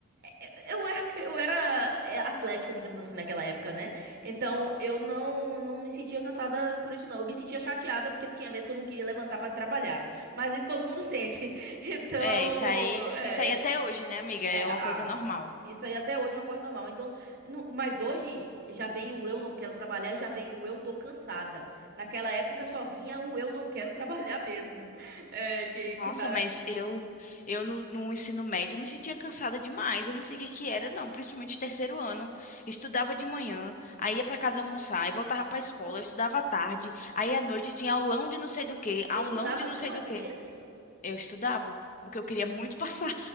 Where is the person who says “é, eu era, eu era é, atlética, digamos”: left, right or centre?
Right